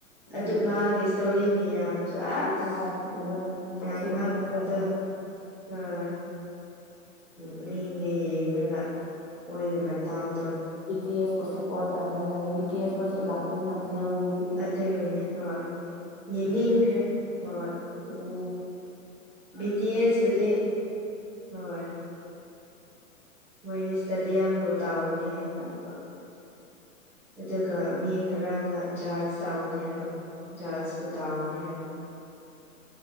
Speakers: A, in the centre; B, on the left.
A: ꯑꯗꯨ
B: ꯎꯝ
A: ꯃꯥꯒꯤ ꯇꯧꯔꯤ ꯃꯤꯌꯥꯝꯅꯁꯨ ꯑꯁ
B: ꯍꯣꯏ ꯎꯋꯦ
A: ꯉꯥꯡꯂꯛꯄꯗꯣ
B: ꯇꯣꯛꯁꯤꯛ ꯌꯥꯝ ꯇꯧꯋꯦ
A: ꯑꯥ ꯨ ꯅꯣꯛꯅꯤꯡꯉꯦꯍꯦ ꯌꯦꯡꯂꯒ ꯃꯣꯏꯒꯤ ꯃꯇꯥꯎꯗꯣ
B: ꯕꯤ ꯇꯤ ꯑꯦꯁ ꯄꯨ ꯁꯄꯣꯔꯇ ꯇꯧꯔꯦ ꯍꯥꯏꯌꯦ ꯕꯤ ꯇꯤ ꯑꯦꯁ ꯈꯣꯢꯁꯨ ꯂꯥꯛꯀꯅꯤ ꯂꯥꯛꯀꯅꯤ <unintelligible>
A: ꯑꯗꯨꯢ <unintelligible> ꯌꯦꯅꯤꯡꯈ꯭ꯔꯦ ꯃꯣꯢ
B: ꯀꯩꯅꯣ꯫
A: ꯕꯤ ꯇꯤ ꯑꯦꯁ ꯄꯨꯗꯤ ꯍꯣꯏ ꯃꯣꯏꯗꯤ ꯏꯁꯇꯗꯤꯌꯝꯕꯨ ꯇꯧꯒꯅꯤ ꯍꯥꯏꯌꯦ ꯑꯃꯨꯛꯀ ꯑꯗꯨꯒ ꯃꯤ ꯈꯔꯅ ꯖꯍꯥꯖ ꯇꯥꯎꯒꯅꯤ ꯍꯥꯏꯕ ꯖꯍꯥꯖꯄꯨ ꯇꯥꯎꯒꯅꯤ ꯍꯥꯏꯕ